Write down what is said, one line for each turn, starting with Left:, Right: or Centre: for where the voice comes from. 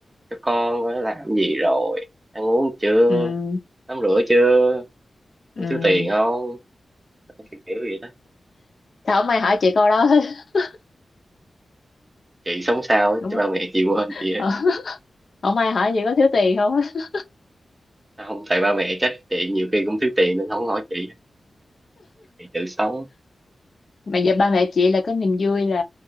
Right: cho con coi nó làm gì rồi ăn uống chưa
Left: ừ
Right: tắm rửa chưa
Left: ừ
Right: không thiếu tiền không kiểu kiểu vậy đó
Left: sao không ai hỏi chị câu đó hết <laughs>
Right: chị sống sao á,
Left: đúng
Right: chứ
Left: không
Right: ba mẹ chị quên chị á.
Left: Ờ, không ai hỏi chị có thiếu tiền không á
Right: À, không tại ba mẹ chắc chị nhiều khi cũng thiếu tiền nên không hỏi chị chị tự sống
Left: mà giờ ba mẹ chị là có niềm vui là